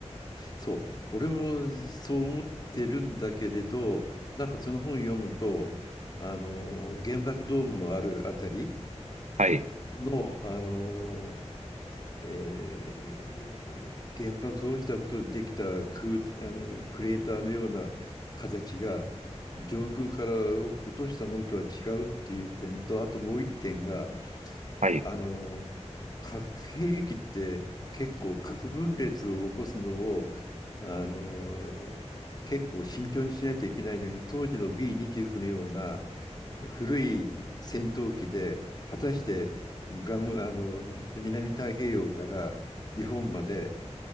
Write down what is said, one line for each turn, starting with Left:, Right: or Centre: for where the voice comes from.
Left: そう、俺もそう思ってるんだけれど、なんかその本読むと、あの原爆ドームのあるあたり
Right: はい。
Left: の、あのえー原爆が落ちたことでできたクー、あのクレーターのような形が上空から落としたものとは違うっていう点とあともう一点が
Right: はい。
Left: あの核兵器って結構核分裂を起こすのをあの結構慎重にしないといけないのに当時の B29 のような古い戦闘機で果たしてガム、あの南太平洋から日本まで